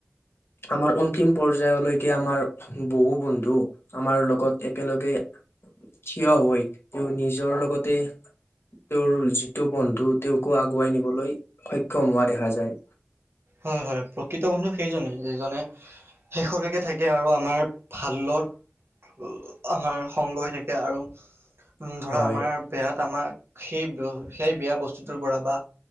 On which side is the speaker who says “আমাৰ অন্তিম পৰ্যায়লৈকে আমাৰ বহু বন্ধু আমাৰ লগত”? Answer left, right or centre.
Left